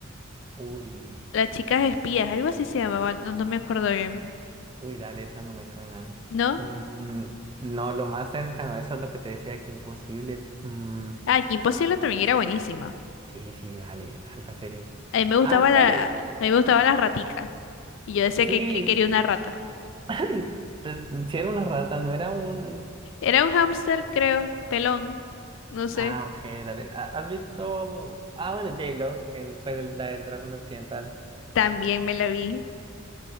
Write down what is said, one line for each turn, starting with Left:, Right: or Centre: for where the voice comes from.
Right: Uy,
Left: Las chicas espías, algo así se llamaban, no, no me acuerdo bien.
Right: uy, dale, esas no me suenan.
Left: ¿No?
Right: Mm, no, lo más cercano, eso es lo que te decía, que imposible. Mm,
Left: Ah, que Imposible también era buenísima.
Right: sí, sí, dale, alta serie.
Left: A mí me gustaba
Right: Ah,
Left: la,
Right: dale,
Left: a mí me gustaba la ratica. Y yo decía
Right: sí.
Left: que, que quería una rata.
Right: <laughs> Entonces, Si era una rata, no era un...
Left: Era un hámster, creo, pelón, no sé.
Right: Ah, ok, dale. Ah, ¿Has visto? Ah, bueno, J-Lo, el, pues el- la del Dragón de Occidental.
Left: También me la vi.